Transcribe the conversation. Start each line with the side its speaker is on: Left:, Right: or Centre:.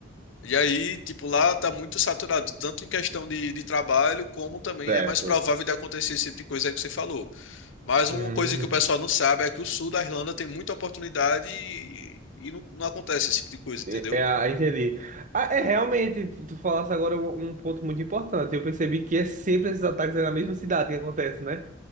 Left: E aí, tipo, lá tá muito saturado, tanto em questão de, de trabalho, como também
Right: Certo.
Left: é mais provável de acontecer esse tipo de coisa aí que você falou. Mas
Right: Hum.
Left: uma coisa que o pessoal não sabe é que o sul da Irlanda tem muita oportunidade e, e não, não acontece esse tipo de coisa, entendeu?
Right: É, é, ah, entendi. Ah, é realmente, tu falasse agora um, um ponto muito importante. Eu percebi que é sempre esses ataques é na mesma cidade que acontece, né?